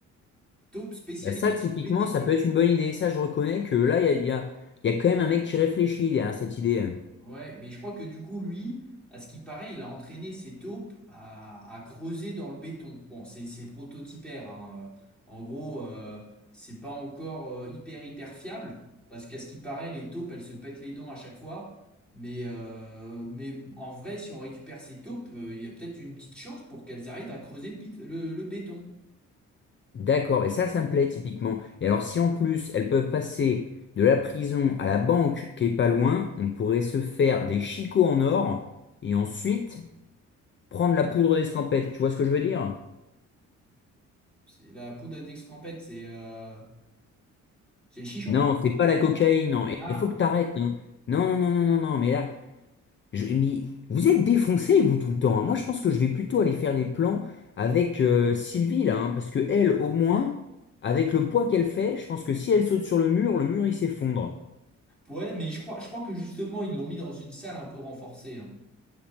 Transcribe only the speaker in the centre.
taupes spécialisées
dans le BTP.
Ouais, mais je crois que du coup, lui, à ce qui paraît, il a entraîné ses taupes à, à creuser dans le béton. Bon, c'est c'est prototypaire, hein. Euh, En gros, euh, c'est pas encore euh, hyper hyper fiable, parce qu'à ce qui paraît, les taupes, elles se pètent les dents à chaque fois. Mais, euh, mais en vrai, si on récupère ces taupes, euh, il y a peut-être une petite chance pour qu'elles arrivent à creuser le, bit- le, le béton.
C'est la poudre à d'escampette, c'est euh, c'est le chichon,
quoi.
Ah,
ok.
Ouais, mais je crois, je crois que justement, ils l'ont mis dans une salle un peu renforcée. hein.